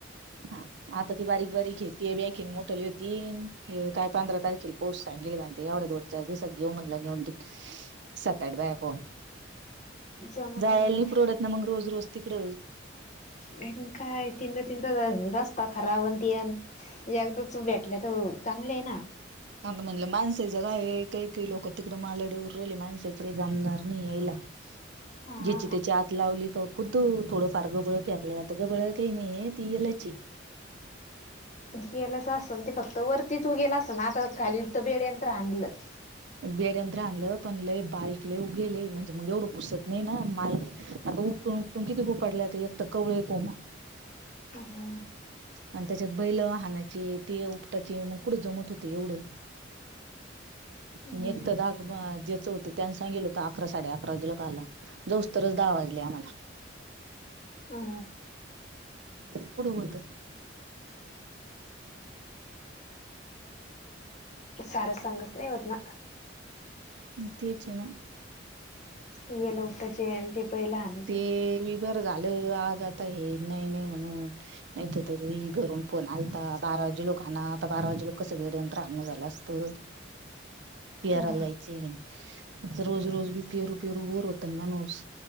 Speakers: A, on the right; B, on the left.
A: हा आता ती बारीक बारीक हेत ती बी आयखीन मोठाली तीन य काय पंधरा तारखेल पोच सांगेलीण बाईन ते एवढ्या दोन चार दिवसात घेऊ म्हणलं नेऊन ति सात आठ बाया पाहून
B: जमत
A: जायला
B: ना
A: नाही परवडत ना मग रोज रोज तिकडं.
B: हेन काय तीनदा तीनदा रस्ता खराब अन ते अन एकदाचं भेटल्या तर चांगले आहे ना.
A: आ म्हणलं माणसाईच का आहे काही काही लोक तिकडं मालड उर राहिली माणसाकडे जमणार नाही यायला.
B: हा
A: ज्याची त्याची आत लावली का. खुद्द थोडं फार गबळ फेकल्या जात गबळ काही नाही ती येलच ये.
B: गलच असत ते फक्त वरतीच उगेल असतन आता खाली तर बेड्यान तर आणलं.
A: बेड्यांतर हाणलं पण लय बारीक लय उगेल ये म्हणजे मग एवढं घुसत नाही ना माल आता उपटून उपटून किती खूपटल्यात एकत कवळे कोम
B: ह हा.
A: आणि त्याच्यात बैल हानाचे ते उपटाचे मग कुढं जमत होते एवढं.
B: नाही
A: आणि एक तर दागबा जेच होत त्यान सांगितलं होत अकरा साडे अकरा वाजेला का आला जाऊस तरच दहा वाजले आम्हाला.
B: हा.
A: कुडं होत.
B: सार सांगत नाही होत ना.
A: म तेचे ना.
B: येल उपटायचे आणि ते पई लहान.
A: ते बी बरं झालं आज आता हे नई नई म्हणून नाही तर लय घरून फोन आलता बारा वाजे लोकांना आण आता बारा वाजेला कसं वेळेन यंत्र आणण झालं असतं. <inaudible> पेराला
B: हा
A: जायचंय म्हणे आता रोज रोज बी पेरू पेरू बोर होतं ना माणूस.